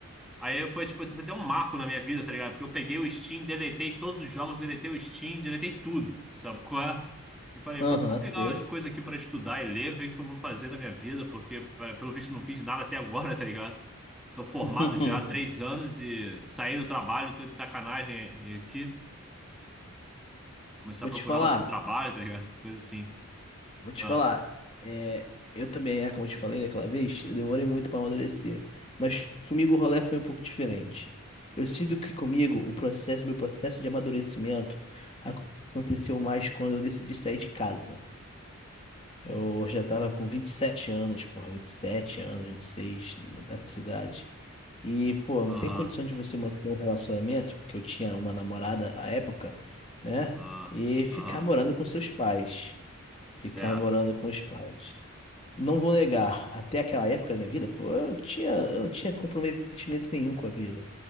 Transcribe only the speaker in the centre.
Aí foi, tipo, foi até um marco na minha vida, tá ligado? Porque eu peguei o Steam, deletei todos os jogos, deletei o Steam, deletei tudo, sabe qual é? E falei,
vou, vou pegar
umas coisas aqui pra estudar e ler, ver o que eu vou fazer da minha vida, porque p- pelo visto não fiz nada até agora, <laughs> tá ligado? Tô formado
já há três anos e saí do trabalho, tô de sacanagem e- e aqui, começar
a procurar
outro trabalho, tá ligado? Coisa assim.
Ah,
aham,
ah,
aham,
é,